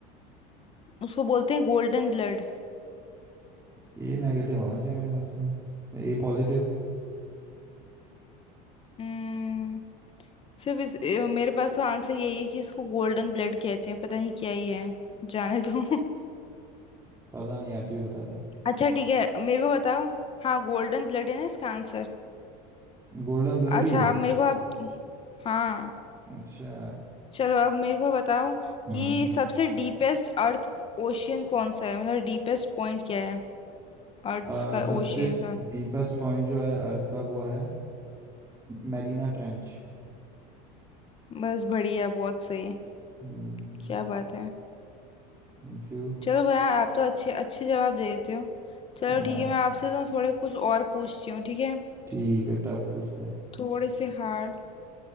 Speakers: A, on the left; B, on the right.
A: उसको बोलते हैं गोल्डन ब्लड
B: ये नेगेटिव होना चाहिए मेरे ख्याल से या ए पॉजिटिव
A: हम्म सिर्फ इस ए, मेरे पास तो आंसर यही है कि इसको गोल्डन ब्लड कहते हैं पता नहीं क्या ही है जाने दो <laughs>
B: पता नहीं यार तू ही बता दे
A: अच्छा ठीक है मेरे को बताओ हाँ गोल्डन ब्लड है ना इसका आंसर
B: गोल्डन ब्लड
A: अच्छा
B: ही है
A: अब मेरे को आप हाँ
B: अच्छा
A: चलो अब मेरे को बताओ
B: हम्म
A: कि सबसे डीपेस्ट अर्थ ओशियन कौन सा है मतलब डीपेस्ट पॉइंट क्या है अर्थ
B: अ,
A: का
B: सबसे
A: ओशियन का
B: डीपेस्ट पॉइंट जो है अर्थ का वो है मैरीना ट्रेंच
A: बस बढ़िया बहुत सही
B: हम्म
A: क्या बात है
B: Thank you
A: चलो भैया आप तो अच्छे अच्छे जवाब देते हो चलो
B: हाँ
A: ठीक है मैं आपसे तो थोड़े कुछ और पूछती हूँ ठीक है
B: ठीक है टफ पूछ ले
A: थोड़े से हार्ड